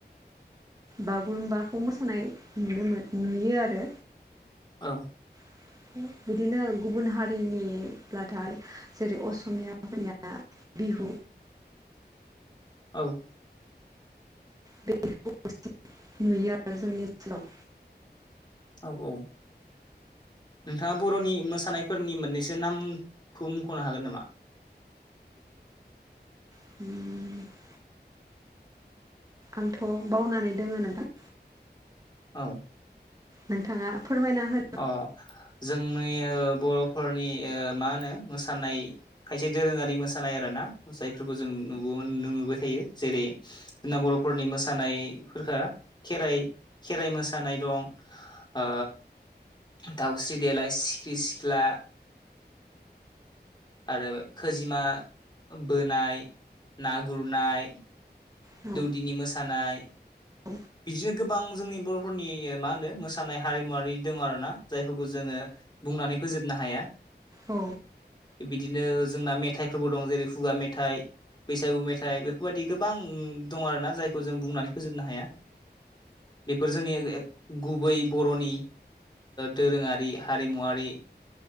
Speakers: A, on the right; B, on the left.
A: बागुरुमबा बेखौ मोसानाय नुनो मोन नुयो आरो
B: औ
A: <inaudible> बिदिनो गुबुन हारिनिब्लाथाय जेरै असमियाफोरनिया बिहु
B: औ
A: <unintelligible> नुयो आरो जोंनि ओनसोलाव
B: औ औ नोंथाङा बर'नि मोसानायफोरनि मोननैसो नामखौ मुख'नो हागोन नामा
A: <inaudible> आंथ' बावनानै दोङो नोंथां
B: औ
A: नोंथाङा फोरमायना होन
B: अ जोंनै ओ बर'फोरनि ओ मा होनो मोसानाय खायसे दोरोङारि मोसानाय आरो ना जायफोरखौ जों नु <unintelligible> नुबोबाय थायो जेरै जोंना बर'फोरनि मोसानायफोरखो खेराइ खेराइ मोसानाय दं ओ दाउस्रिदेलाय सिख्रि सिख्ला आरो खोजिमा बोनाय ना गुरनाय
A: नामा औ
B: दौदिनि मोसानाय
A: औ
B: बिदिनो गोबां जोंनि बर'फोरनि मा होनो मोसानाय हारिमुवारि दङ आरो ना जायफोरखौ जोङो बुंनानै फोजोबनो हाया।
A: औ
B: थिक बिदिनो जोंना मेथाइफोरबो दं जेरै खुगा मेथाइ। बैसागु मेथाइ बेफोरबायदि गोबां दं आरोना जायखौ जों बुंनानै फोजोबनो हाया। बेफोर जोंनि गुबै बर'नि। दोरोङारि हारिमुवारि